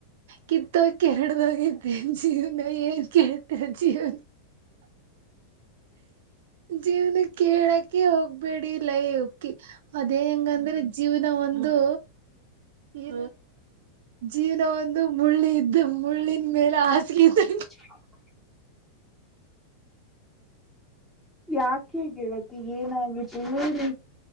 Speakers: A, on the right; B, in the centre.
A: ಕಿತ್ತೋ ಕೆರಡದಾಗ ಜೀವನ ಏನ್ ಕೆಳತಿರಾ ಜೀವನಾ ಜೀವನ್ ಕೇಳಕೆ ಹೋಗ್ಬೇಡಿ ಲೈಕ್ಕಿ ಅದೇ ಹೆಂಗಂದ್ರೆ ಜೀವನ ಒಂದು ಇ ಜೀವನ ಒಂದು ಮುಳ್ಳಿ ಇದ್ದ ಮುಳ್ಳಿನ ಮೇಲೆ ಹಾಸಗಿ ಇದ
B: <unintelligible> ಯಾಕೆ ಗೆಳತಿ ಏನಾಗಿತ್ತು ಹೇಳು.